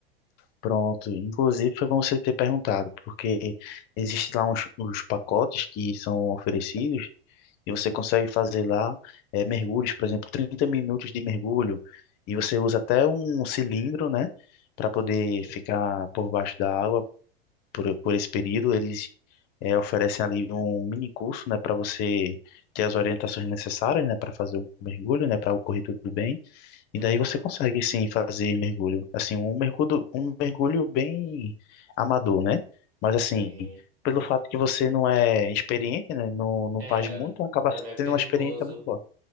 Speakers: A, on the left (about 35°); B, on the right (about 70°).
A: Pronto, inclusive foi bom você ter perguntado, porque existe lá uns, uns pacotes que são oferecidos e você consegue fazer lá eh, mergulhos, por exemplo, 30 minutos de mergulho e você usa até um cilindro, né, para poder
B: Sim.
A: ficar por baixo da água por, por esse período. Eles eh, oferecem ali um mini curso, né, para você ter as orientações necessárias, né, para fazer o mergulho, né, para ocorrer tudo bem. E
B: Aham.
A: daí você consegue sim fazer mergulho. Assim, um mergulho, um mergulho bem amador, né? Mas
B: Sim.
A: assim, pelo fato que você não é experiente, né? Não, não
B: É,
A: faz muito, acaba
B: também é perigoso.
A: sendo uma experiência muito boa.